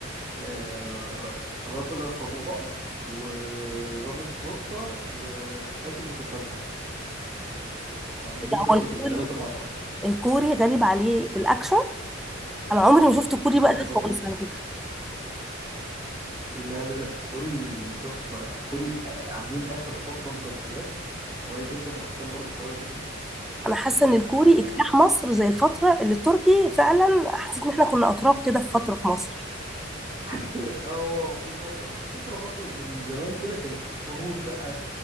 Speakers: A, on the right; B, in the centre.
A: آه، رجل عصابات وضابط شرطة وقاتل متسلسل يعني
B: ده
A: دي قصته
B: هو الكوري
A: التلاتة مع بعض
B: الكوري غريب عليه الاكشن انا عمري ما شفت كوري
A: اه
B: بقى ده
A: طبعا
B: خالص على فكره
A: لا لا لا كوري تحفة كوري عاملين آخر فترة مسلسلات قوية جدا وأفلام برضو قوية جدا
B: انا حاسه ان الكوري
A: يعني
B: اجتاح مصر زي الفتره اللي التركي فعلا حسيت ان احنا كنا اتراك كده في فتره في مصر
A: <laughs> اه في فترة وفي فترة برضو من زمان كده كان في هنود بقى